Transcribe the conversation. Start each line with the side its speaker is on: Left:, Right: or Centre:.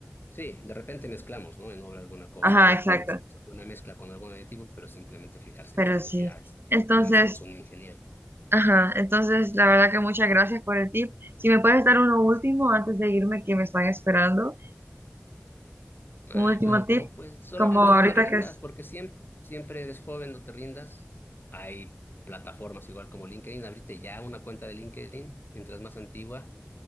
Left: Sí, de repente mezclamos, ¿no? En obra alguna cosa,
Right: Ajá, exacto.
Left: para, hacemos alguna mezcla con algún aditivo, pero simplemente fijarse
Right: Pero
Left: las cantidades.
Right: sí. Entonces,
Left: No necesitamos un ingeniero.
Right: ajá, entonces la verdad que muchas gracias por el tip. Si me puedes dar uno último antes de irme, que me están esperando.
Left: Ah,
Right: Un último Claro. tip,
Left: no, pues solamente
Right: como ahorita
Left: no te rindas,
Right: que es-
Left: porque siempre, siempre eres joven, no te rindas. Hay plataformas igual como LinkedIn, abrirte ya una cuenta de LinkedIn, mientras más antigua.